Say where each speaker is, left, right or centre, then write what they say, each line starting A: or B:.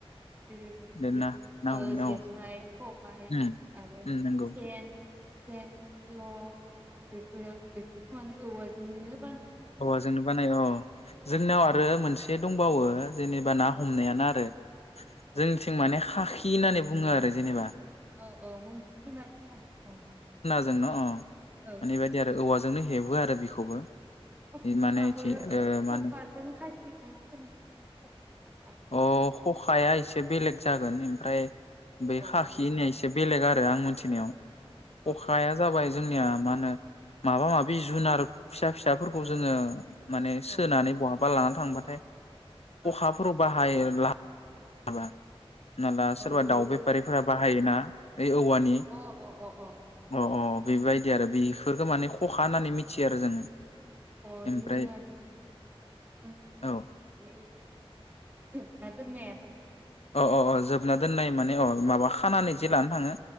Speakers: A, on the right; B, on the left.
A: जेरैबायदि
B: बे ना ना हमनायाव
A: जेखाइ खबाय
B: उम
A: आरो
B: उम नंगौ
A: सेन सेन फल बेफोरो बेफोरखौ माने औवा जोंनो
B: औ जोंनो बानाय औ जोंनियाव आरो मोनसे दं बावो जेनेबा ना
A: औ
B: हमनायानो आरो
A: औ
B: जोंनिथिं माने खाखि खि होननानै बुङो आरो जेनेबा
A: औ औ मुंखौ खोनादोंखासै औ
B: दोंन अ मानि
A: औ
B: बेबायदि आरो औवा जोंनो हेबो आरो बेखौबो
A: खखाबो
B: माने इथि ओ
A: खखाजों
B: मा होनो
A: खाखिजों सेम नामा खखा आरो खाखि
B: अ खखाया एसे बेलेग जागोन ओमफ्राय बे
A: औ
B: खाखि होननायस एसे बेलेग आरो आं मिथिनायाव
A: औ
B: खखाया जाबाय जोंनि मा होनो माबा माबि जुनार फिसा फि फिसाफोरखौ जोङो माने सोनानै
A: औ
B: बहाब बा लाना थांबाथाय
A: औ
B: खखाफोराव बाहायो ला बा होना ला सोरबा
A: औ बेबो
B: दाउ बेफारिफोरा
A: अ
B: बाहाय ना ओइ औवानि
A: अ अ अ
B: अ अ बेबायदि आरो बेफोरखौ माने खखा होननानै मिथियो आरो जोङो
A: अ
B: ओमफ्राय
A: जोंनिया बे गुबुन गुबन
B: औ
A: दाउफोर माबा जोबना दोननाय ना
B: अ अ अ जोबना दोननाय माने अ माबा खानानै जे लानो थाङो